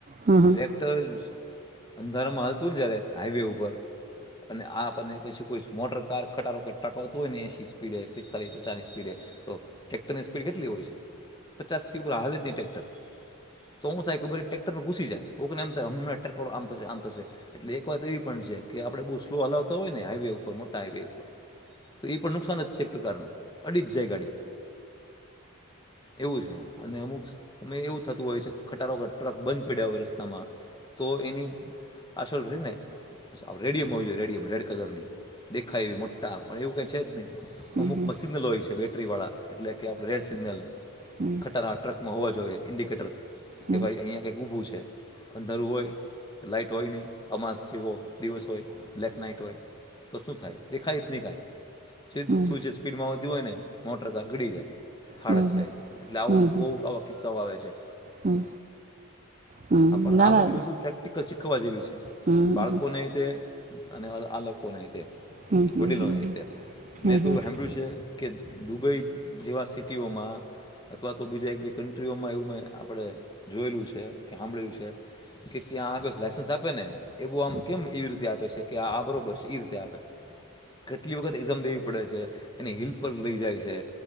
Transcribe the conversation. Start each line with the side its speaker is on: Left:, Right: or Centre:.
Right: હમ હમ
Left: ટ્રેક્ટર અંધારામાંલતું ને જયારે હાઈવે ઉપર અને આ અને પછી કોઈ મોટર કાર ખટાો ટકાવતો હોય ને એસી સ્પીડે પિસ્તાલીસ ચાની સ્પીડે તો ટ્રેક્ટરની સ્પીડ કેટલી હોય છે પચાસ થી ઉપર હાલે જ નહીં ટ્રેક્ટર તો શું થાય ખબર ટ્રેક્ટરમાં ઘૂસી જાય તોને એમ થાય હમં હમણાં ટ્રેક્ટરો આમ થશે આમ થશે એટલે એક વાત એવી પણ છે કે આપણે બહુ સ્લો હલાવતા હોય ને હાાઈવે ઉપર મોટા હાાઈવે ઉપર તો એ પણ નુકસાન જ છે એક પ્રકારનું. અડી જ જાય ગાડી એવું છે અને અમુક અમે એવું થતું હોય છે ખટારો ટ્રક બંધ પડ્યા હોય રસ્તામાં તો એની આસળ ર ને રેડિયમ હો જોઈએ રેડિયમ રેડ કલરની દેખાય, એવી મોટા પણ એવું ક. ચેદ ન.
Right: હમ
Left: અમુક. બ સિગ્નલો હોય છે, બેટરીવાળા એટલે કે આપણે રેડ સિગ્નલ
Right: હમ
Left: ખટાના ટ્રકમાં હોવા જોઈએ. ન્ડિકેટર.
Right: હમ
Left: કે ભાઈ, અહીિયાંયા કઈક ઊભું છે. અંધારું હોય લાાઈટ હોય, નહીં અમાસ જેવો દિવસ હોય, બ્લેક નાઈટ હોય, તો શું થાય દેખાય જ નહી કાંઈ. છે,
Right: હમ
Left: તુંજ. આવતી હોય, ને મોટર કાર ગડી જાય. હડદઈને,
Right: હમ
Left: એટલે આવું,
Right: હમ હમ
Left: બહુ આવા કિસ્સાઓ આવે છે.
Right: હમ હમ
Left: આપ પણ
Right: ના
Left: આ
Right: ના
Left: બધી વસ્તુ પ્રેક્ટિકલ છે. ખાવા, જેવી છે.
Right: હમ
Left: બાળકોને
Right: હમ હમ
Left: લીધે. અને, આ લોકોને.
Right: હમ હમ
Left: વડીલો,
Right: હમ
Left: નહ
Right: હમ
Left: મેં
Right: હમ
Left: તો સાંભળ્યું છે. કે દુબઈ, જેવા સિટીઓમાં અથવા તો બીજા એકેય કન્ટ્રીઓમાં, એવું મેં આપણે જોયેલું છે. કે સાંભળે એ્યું છે, કે ત્યાં આગળ લાઇસન્સ આપે ને એ બહ આમ કેમ એવી રીતે આપે છે, કે આ આ બરાબર છે એ રીતે આપે કેટલી વખત એક્ઝામ દેવી પડે, છે એને હિલ પર લઈ જાય છે,